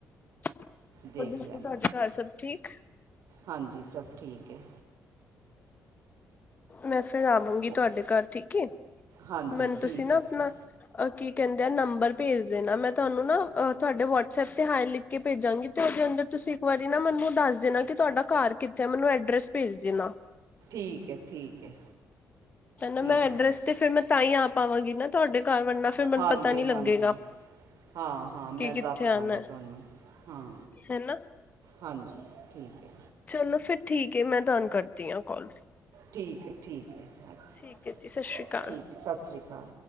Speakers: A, on the left; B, on the right.
A: ਹੋਰ
B: ਦੇਖ
A: ਦੱਸੋ,
B: ਲੈਣਾ
A: ਤੁਹਾਡੇ ਘਰ ਸਭ ਠੀਕ
B: ਹਾਂਜੀ, ਸਭ ਠੀਕ ਹੈ।
A: ਮੈਂ ਫਿਰ ਆਵਾਂਗੀ
B: ਹੋ
A: ਤੁਹਾਡੇ ਘਰ ਠੀਕ ਹੈ,
B: ਹਾਂਜੀ
A: ਮੈਨੂੰ
B: ਠੀਕ
A: ਤੁਸੀਂ ਨਾ
B: ਹੈ
A: ਆਪਣਾ,
B: ਠੀ
A: ਅ, ਕੀ ਕਹਿੰਦੇ ਆ ਨੰਬਰ ਭੇਜ ਦੇਣਾ। ਮੈਂ ਤੁਹਾਨੂੰ ਨਾ ਤੁਹਾਡੇ ਵਟਸਐਪ 'ਤੇ ਹਾਏ ਲਿਖ ਕੇ ਭੇਜਾਂਗੀ ਤੇ ਉਹਦੇ ਅੰਦਰ ਤੁਸੀਂ ਇੱਕ ਵਾਰੀ ਨਾ ਮੈਨੂੰ ਦੱਸ ਦੇਣਾ ਕਿ ਤੁਹਾਡਾ ਘਰ ਕਿੱਥੇ ਆ, ਮੈਨੂੰ ਐਡਰੈੱਸ ਭੇਜ ਦੇਣਾ।
B: ਠੀਕ ਹੈ, ਠੀਕ ਹੈ।
A: ਚਲੋ,
B: ਠੀਕ
A: ਮੈਂ ਐਡਰੈੱਸ
B: ਹੈ
A: ਤੇ ਫਿਰ ਮੈਂ ਤਾਂ ਹੀ ਆ ਪਾਵਾਂਗੀ ਨਾ ਤੁਹਾਡੇ ਘਰ ਵਰਨਾ ਫਿਰ ਮੈਨੂੰ
B: ਹਾਂਜੀ
A: ਪਤਾ ਨੀ ਲੱਗੇਗਾ
B: ਹਾਂਜੀ, ਹਾਂ ਹਾਂ, ਮੈਂ
A: ਕਿ ਕਿੱਥੇ
B: ਦੱਸ
A: ਆਣਾ
B: ਦਾਂਗੀ ਤੁਹਾਨੂੰ, ਹਾਂ,
A: ਹਨਾ
B: ਹਾਂਜੀ, ਠੀਕ ਹੈ
A: ਚਲੋ ਫਿਰ ਠੀਕ ਹੈ, ਮੈਂ ਤੁਹਾਨੂੰ ਕਰਦੀ ਹਾਂ ਕਾਲ।
B: ਠੀਕ ਹੈ, ਠੀਕ ਹੈ। ਅੱਛਾ
A: ਠੀਕ ਹੈ ਜੀ, ਸਤਿ ਸ੍ਰੀ ਅਕਾਲ
B: ਠੀਕ ਸਤਿ ਸ਼੍ਰੀ ਅਕਾਲ